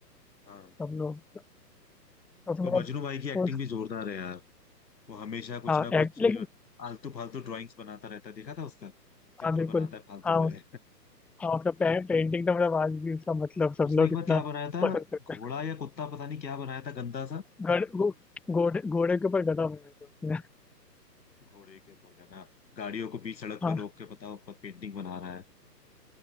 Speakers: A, on the left; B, in the centre.
A: हाँ
B: सब लोग उसमें
A: और
B: मतलब
A: मजनू भाई की एक्टिंग
B: उस
A: भी जोरदार है यार वो हमेशा कुछ
B: हाँ
A: ना कुछ
B: एक्ट लेकिन
A: आलतू फालतू ड्राइंग्स बनाता रहता है देखा था उसका चित्र
B: हाँ बिल्कुल
A: बनाता है फालतू
B: हाँ
A: वाले
B: उस हाँ उसका पेंटिंग तो मतलब आज भी उसका मतलब सब
A: <laughs> उसने
B: लोग
A: एक बार
B: इतना
A: क्या बनाया था
B: पसंद करते
A: घोड़ा
B: हैं
A: या कुत्ता पता नहीं क्या बनाया था गंदा सा
B: गड़, गो, घोड़े घोड़े के ऊपर गधा बनाया था उसने
A: घोड़े के ऊपर गधा गाड़ियों को बीच सड़क
B: हाँ
A: पे रोक के पता ऊपर पेंटिंग बना रहा है